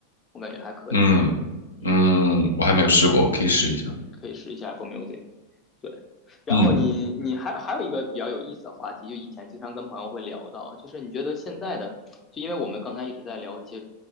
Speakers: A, on the left (about 20°); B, on the left (about 75°).
A: 我感觉还可以，
B: 嗯，
A: 嗯。
B: 嗯我还没有试过，我可以试一下。
A: 嗯，可以试一下 Apple Music。对，然后你你还还有一个比较有意思的话题，
B: 嗯
A: 就以前经常跟朋友会聊到，就是你觉得现在的，就因为我们刚才一直在聊这些，